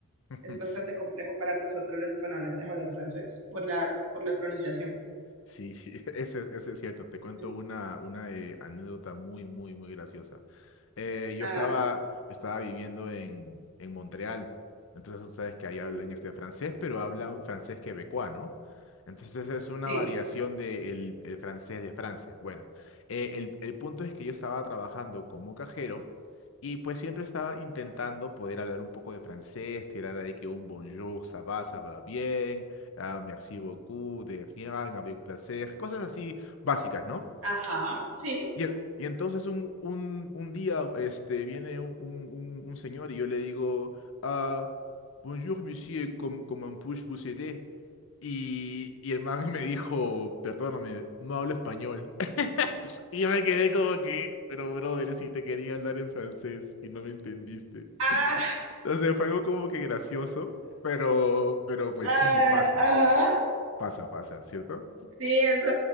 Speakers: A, on the left; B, on the right.
A: <laughs>
B: Es bastante complejo para nosotros los hispanohablantes hablar francés por la, por la pronunciación.
A: Sí, sí, <laughs> ese, ese es cierto. Te cuento
B: Es-
A: una, una eh, anécdota muy, muy, muy graciosa. Eh, yo
B: ah.
A: estaba, estaba viviendo en, en Montreal, entonces tú sabes que ahí
B: Mm,
A: hablan este francés, pero hablan francés quebecois, ¿no? Entonces es una
B: Sí,
A: variación del francés de Francia. Bueno, eh, el, el punto es que yo estaba trabajando como cajero y pues siempre estaba intentando poder hablar un poco de francés, tirar ahí que un bonjour, ça va, ça va bien, ah, merci beaucoup, de rien, avec placer, cosas así básicas, ¿no?
B: ajá, sí.
A: Y, e- y entonces un, un, un día este, viene un, un- un- un señor y yo le digo, ah, Bonjour, monsieur, com- comment puis vous aider? Y, y el man <laughs> me dijo, perdóname, no hablo español. <laughs> Y yo me quedé como que, pero brother, si te quería hablar en francés y no me entendiste.
B: Ah,
A: <laughs> Entonces fue algo como que gracioso, pero, pero pues
B: ah,
A: sí, pasa,
B: ajá.
A: pasa, pasa, ¿cierto?
B: Sí, eso,